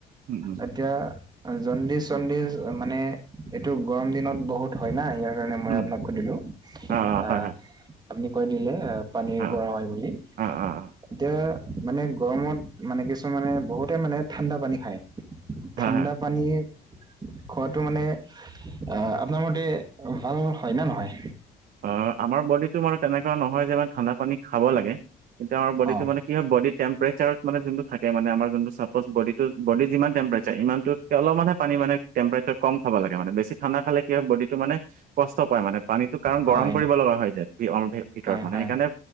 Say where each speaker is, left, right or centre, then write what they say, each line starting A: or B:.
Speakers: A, on the right; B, on the right.
A: উম উম
B: এতিয়া অ জণ্ডিচ - চণ্ডিছ মানে এইটো গৰম দিনত বহুত হয় না ইয়াৰ কাৰনে মই
A: উম
B: আপোনাক কৈ দিলো,
A: অ
B: আ
A: হয় হয়
B: আপুনি কৈ দিলে পানীৰ
A: অ
B: পৰা হয় বুলি।
A: অ অ অ
B: এতিয়া মানে গৰমত মানে কিছুমানে বহুত তে মানে ঠাণ্ডা পানী খায়, ঠাণ্ডা
A: হয় হয়
B: পানী খোৱাটো মানে আহ আপোনাৰ মতে ভাল হয় নে নহয়?
A: অ, আমাৰ বডিটো মানে তেনেকুৱা নহয় যে মানে ঠাণ্ডা পানী খাব লাগে কিন্তু আমাৰ বডিটো
B: অ
A: মানে কি হয় বডিৰ টেম্পেৰেচাৰত মানে যোনটো থাকে মানে আমাৰ যোনটো চাপ'জ বডিটো বডি যিমান টেম্প্ৰেচাৰ ইমানটো তে অলপমানে পানী মানে টেম্প্ৰেচাৰ কম খাব লাগে মানে বেছি ঠাণ্ডা খালে কি হয় বডিটো মানে কষ্ট পায় মানে পানীটো কাৰণ
B: হয়
A: গৰম কৰিব লগা হয় যে সি অংগে ভিতৰত
B: হয়
A: মানে
B: হয়
A: সেইকাৰণে